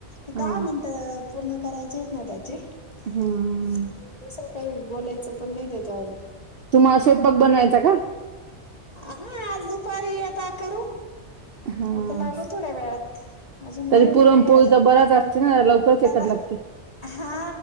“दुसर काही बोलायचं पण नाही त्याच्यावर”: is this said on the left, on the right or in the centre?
Left